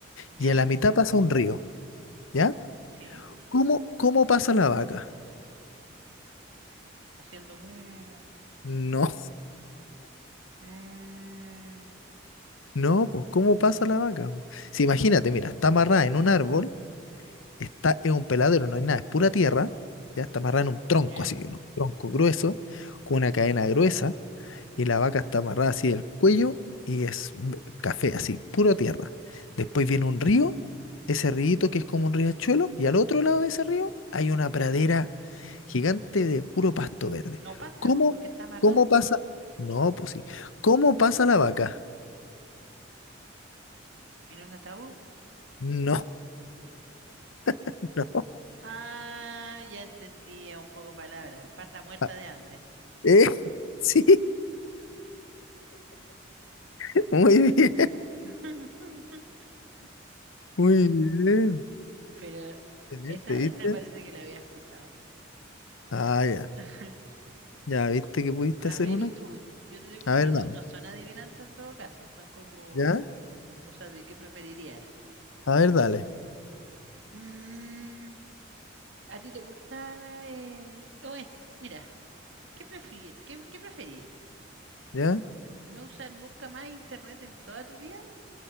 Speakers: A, on the right; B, on the left.
A: ya,
B: y en la mitad pasa un río, ¿ya?
A: sí.
B: ¿Cómo, cómo pasa la vaca?
A: Haciendo mu...
B: No,
A: mu...
B: <laughs> no, pues ¿cómo pasa la vaca? po? Si imagínate, mira, está amarrada en un árbol, está en un peladero, no hay nada, es pura tierra, ya está amarrada en un tronco
A: Ya.
B: así, un tronco grueso, con una cadena gruesa, y la vaca está amarrada así del cuello y es b- café, así, puro tierra. Después viene un río, ese río que es como un riachuelo, y al otro lado de ese río hay una pradera Gigante de puro pasto verde.
A: No pasa,
B: ¿Cómo,
A: pues, porque está amarrada
B: cómo pasa? No, pues sí. ¿Cómo pasa la vaca?
A: en un ataúd.
B: No, <laughs> no.
A: Ah, ya entendí, es un juego de palabras. Pasa muerta
B: Ah,
A: de hambre.
B: eh, <laughs> sí, <laughs> muy bien,
A: <laughs>
B: muy bien.
A: Pero
B: Excelente,
A: esa, esa
B: ¿viste?
A: parece que la había escuchado.
B: Ah, ya.
A: <laughs>
B: Ya, ¿viste que pudiste
A: A
B: hacer
A: ver,
B: una?
A: ¿y tú? Yo te tengo,
B: A
A: pero
B: ver,
A: no,
B: dame.
A: no son adivinanzas en todo caso, son como
B: ¿Ya?
A: cosas de qué preferirías.
B: A ver, dale.
A: Mm, ¿a ti te gusta? eh, no, esto, mira, ¿qué prefier, qué, qué preferís?
B: ¿Ya?
A: ¿No usar nunca más internet en toda tu vida